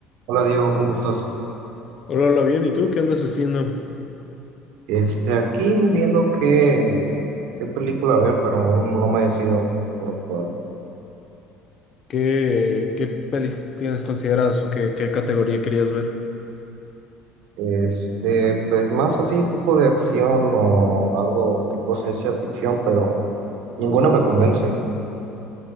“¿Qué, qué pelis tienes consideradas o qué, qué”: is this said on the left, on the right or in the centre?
Left